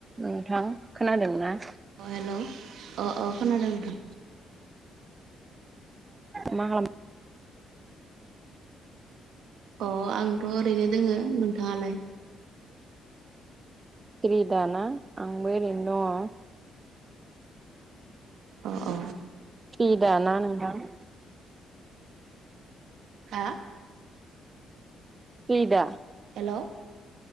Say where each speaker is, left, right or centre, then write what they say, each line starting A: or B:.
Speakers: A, on the right; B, on the right.
A: नोंथां खोनादोंना?
B: अ हेलौ अ अ खोनादों नोंथां।
A: मा‌ खालाम
B: अ आंथ' ओरैनो दोङो नोंथाङालाय?
A: फ्रि दा ना? आंबो ओरैनो दङ'।
B: अ अ
A: फ्रि दा ना नोंथां?
B: हा?
A: <unintelligible> दा?
B: हेलौ